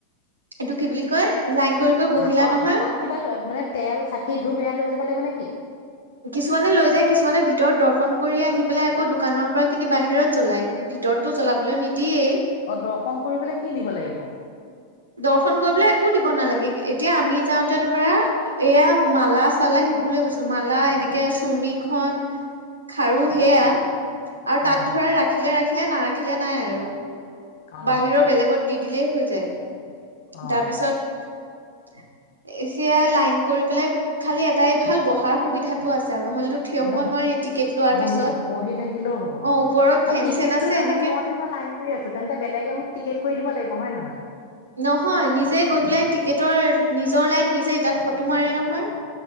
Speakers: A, on the right; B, on the left.
A: এইটো কি বুলি কয়? লাইন কৰি কৰি বহিলা
B: হাতত
A: নহয়
B: -হাতত কিবা লৈ মানে তেল চাকি ধূপ এয়া লৈ যাব লাগিব নেকি?
A: কিছুমানে লৈ যায় কিছুমানে ভিতৰত দৰ্শন কৰি আহি পেলাই আকৌ দোকানৰ পৰা কিনি বাহিৰত জ্বলাই ভিতৰততো জ্বলাবলৈ নিদিয়েই।
B: অ', দৰ্শন কৰিবলে কি নিব লাগিব?
A: দৰ্শন কৰিবলৈ একো দিব নালাগে। এতিয়া আমি যাওঁতে ধৰা এয়া মালা-চালা সেইবোৰ লৈ গৈছিলোঁ। মালা এনেকে চুৰ্ণিখন, খাৰু সেয়া আৰু তাত
B: অ
A: ধৰে ৰাখিলে ৰা ৰাখিলে নাৰাখিলে নাই আৰু।
B: অ
A: বাহিৰৰ বেলেগত দি দিলেই হৈ যায়।
B: অ
A: তাৰপিছত সেয়া লাইন কৰি পেলাই খালি এটাই ভাল বহাৰ সুবিধাতটো আছে আৰু নহ'লেতো থিয়
B: মানে
A: হ'ব নোৱাৰি টিকেট লোৱাৰ
B: বহি
A: পিছত।
B: -বহি থাকিলেও হ'ব
A: অ ওপৰত ফেন
B: আৰু টিকেটটো
A: চেন আছে
B: তেন্তে
A: এনেকে।
B: মই যেনিবা লাইন কৰি আছো তেন্তে বেলেগে মোক টিকেট কৰি দিব লাগিব নহয় -নহয়
A: নহয়, নিজে গৈ পেলাই টিকেটৰ নিজৰ লাইন নিজেই তাত ফটো মাৰে নহয়?